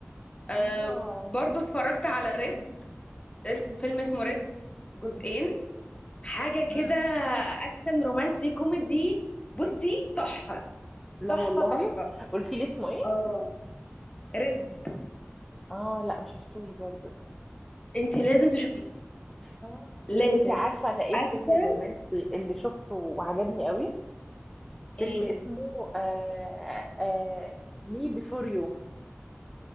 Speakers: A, on the left; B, in the centre.
A: آه
B: اه
A: برضو اتفرجت على ريد اسم فيلم اسمه ريد جزئين حاجة
B: مم.
A: كده أكشن رومانسي كوميدي بصي تحفة
B: لا
A: تحفة
B: والله
A: تحفة
B: قلتي لي اسمه ايه
A: اه رد
B: اه لا ما شفتوش برضو
A: انت لازم تشوفيه
B: اه
A: لازم
B: انتي عارفه انا ايه
A: أكشن
B: الفيلم الرومانسي اللي شفته وعجبني قوي فيلم
A: ايه
B: اسمه آه آه مي بيفور يو